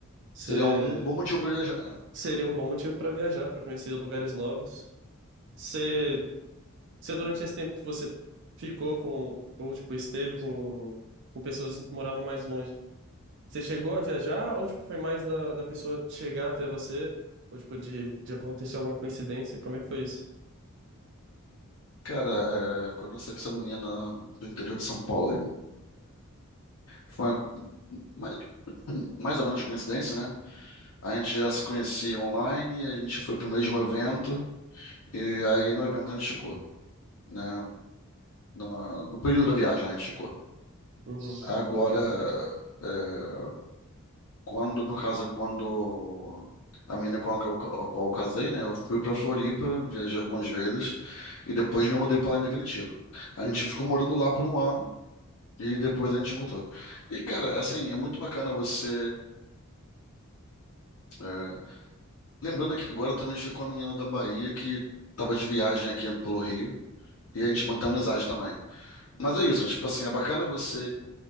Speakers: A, on the right; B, on the left.
A: Se,
B: Seria um bom motivo pra viajar, né?
A: seria um bom motivo pra viajar, pra conhecer lugares novos. Você Você, durante esse tempo que você ficou com, ou, tipo, esteve com, com pessoas assim que moravam mais longe, você chegou a viajar ou, tipo, foi mais da, da pessoa chegar até você? Ou, tipo, de, de acontecer alguma coincidência? Como é que foi isso?
B: Cara, é, quando eu saí com essa menina do interior de São Paulo, Foi uma- mais, <clears throat> mais ou menos coincidência, né? A gente já se conhecia online, a gente foi pro mesmo evento, e aí no evento a gente ficou, né? No, no período da viagem, né, a gente ficou.
A: Uhum,
B: Agora, é, quando, no caso, quando a menina com a qual a qual eu casei, né? Eu fui pra Floripa, viajei algumas vezes, e depois me mudei pra lá em definitivo. A
A: uhum,
B: gente ficou morando lá por um ano, e depois a gente voltou. E, cara, assim, é muito bacana você é, Lembrando que agora eu também estive com uma menina da Bahia que tava de viagem aqui pelo Rio e a
A: uhum,
B: gente mantém amizade também. Mas é isso, tipo assim, é bacana você